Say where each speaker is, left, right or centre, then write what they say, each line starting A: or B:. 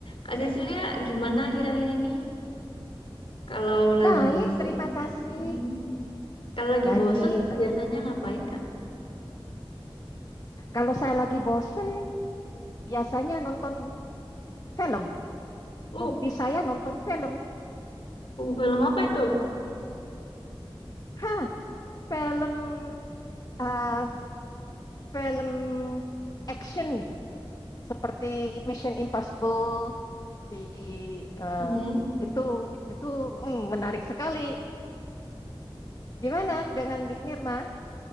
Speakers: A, on the left (about 70°); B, on the left (about 40°).
A: Kak Sisilia, gimana akhir-akhir ini? Kalau lagi
B: baik,
A: bosen,
B: terima kasih.
A: Mhm. kalau lagi
B: Lagi
A: bosen
B: eh,
A: biasanya
B: ya.
A: ngapain Kak?
B: kalau saya lagi bosen, biasanya nonton film.
A: Uh,
B: Hobi saya nonton film.
A: uh, film apa itu?
B: Hah, film eh, film action. seperti Mission Impossible si eh,
A: Hmm.
B: itu itu mm, menarik sekali. Gimana dengan Dik Nirma?